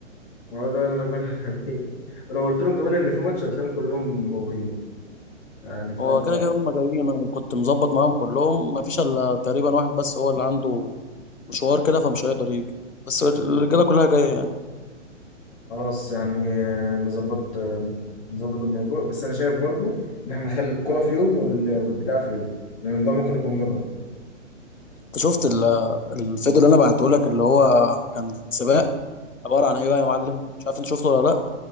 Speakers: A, on the left (about 30°); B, on the left (about 80°).
A: هو ده اللي انا بقول <laughs> لك عليه ولو قلت لهم كمان ان في ماتش هتلاقيهم كلهم موجودين يعني فانت
B: هو كده كده هم جايين أنا كنت مظبط معاهم كلهم ما فيش إلا تقريبا واحد بس هو اللي عنده مشوار كده فمش هيقدر يجي بس الرجالة كلها جاية يعني
A: خلاص يعني آه، نظبط آه، نظبط الموضوع بس انا شايف برضو ان احنا نخلي الكرة في يوم وال- والبتاع في يوم لان الموضوع ممكن يكون مرهق
B: انت شفت ال- الفيديو اللي انا بعته لك اللي هو كان سباق عباره عن ايه بقى يا معلم مش عارف انت شفته ولا لا